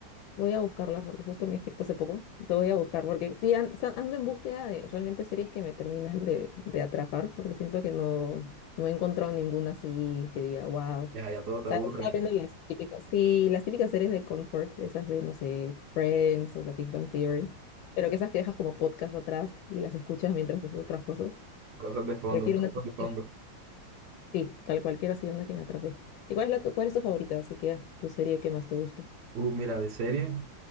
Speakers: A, on the left; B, on the right.
A: Voy a buscarla porque justo me he inscrito hace poco. Te voy a buscar porque sí, an- sa- ando en búsqueda de realmente series que me terminen de, de atrapar porque siento que no, no he encontrado ninguna así que diga, wow. O
B: Ya, ya todo te
A: sea,
B: aburre.
A: estaba viendo las típicas, sí, las típicas series de comfort, esas de, no sé, Friends o The Big Bang Theory, pero que esas que dejas como podcast atrás y las escuchas mientras haces otras cosas.
B: Cosas de fondo,
A: Pero quiero
B: cosas
A: una... serie
B: de fondo.
A: Sí, tal cualquiera ha sido una que me atrapé. ¿Y cuál es la tu, cuál es tu favorita? Así que es tu serie que más te gusta.
B: Uh, mira, de serie,